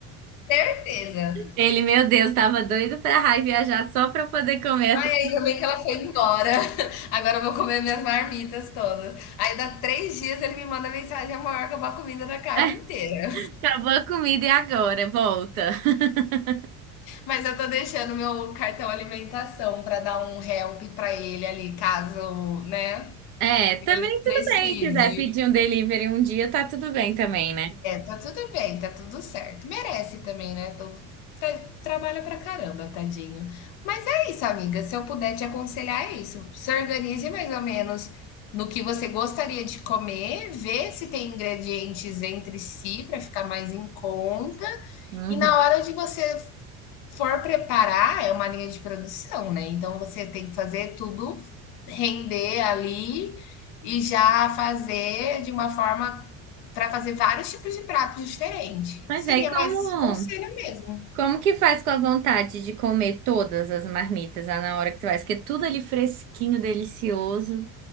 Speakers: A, on the left; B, on the right.
A: Certeza.
B: Ele, meu Deus, tava doido pra raio viajar só pra eu poder comer
A: Ai,
B: essa.
A: ainda bem que ela foi embora. <laughs> Agora eu vou comer minhas marmitas todas. Aí, dá três dias, ele me manda mensagem: amor, acabou a comida da casa
B: <laughs>
A: inteira.
B: Acabou a comida e agora, volta. <laughs>
A: <laughs> Mas eu tô deixando meu cartão alimentação pra dar um help pra ele ali, caso, né,
B: É, também
A: ele
B: tudo
A: precise.
B: bem, quiser pedir um delivery um dia, tá tudo bem também, né?
A: Tá tudo bem, tá tudo certo. Merece também, né? Tô- tá- trabalha pra caramba, tadinho. Mas é isso, amiga. Se eu puder te aconselhar, é isso. Se organize mais ou menos no que você gostaria de comer, vê se tem ingredientes entre si para ficar mais em conta.
B: Uhum.
A: E na hora de você for preparar, é uma linha de produção, né? Então você tem que fazer tudo render ali e já fazer de uma forma para fazer vários tipos de pratos diferentes.
B: Mas
A: Seria
B: aí como
A: mais esse conselho mesmo.
B: Como que faz com a vontade de comer todas as marmitas lá na hora que você faz? Porque é tudo ali fresquinho, delicioso.